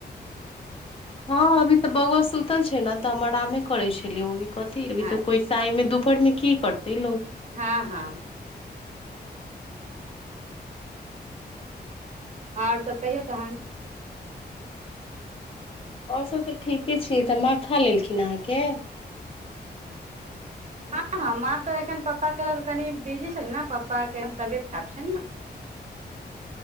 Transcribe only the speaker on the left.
हँ अभी तऽ बौआ सुतल छै ने तऽ हम आरामे करै छलियै ओभी कथी अभी तऽ
कोइ टाइम मे दुपहर मे की करते लोग
आओर सभ तऽ ठीके छियै तऽ माखा लेलखिन अहाँके